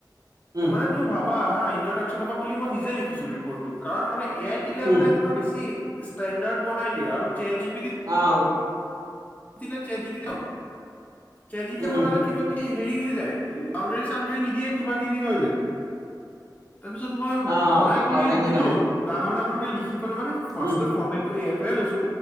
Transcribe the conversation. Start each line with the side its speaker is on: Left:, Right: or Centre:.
Right: উম
Left: মানে তুমি ভাবি- বা হা ইণ্টৰডাক্সন পা বুলি মই নিজে লিখিছো ৰিপৰ্টটো কাৰণ মানে এ আইত দিলে
Right: উম
Left: মানে তোমাৰ বেছি টি ষ্টেণ্ডাৰ্ড বনাই দিয়ে আৰু চেট জি পি টিত
Right: আ ও
Left: দিলে চেট জি পি টি ন চে জি পি
Right: উম
Left: টি বনালে
Right: উম,
Left: কিবা কিবি হেৰি হৈ যায় বাউণ্ডৰী চাউণ্ডৰী নিদিয়ে কিবা কিবি হৈ যায় তাৰপিছত মই
Right: আহ
Left: বনাই কৰি
Right: আউটলাইন খিনি
Left: দিলো
Right: নাহে
Left: ডাঙৰ ডাঙৰকে লিখি পেলাই মানে ফাৰ্ষ্ট
Right: উম
Left: টে ফৰ্মেটটো এ আই পৰাই লৈছো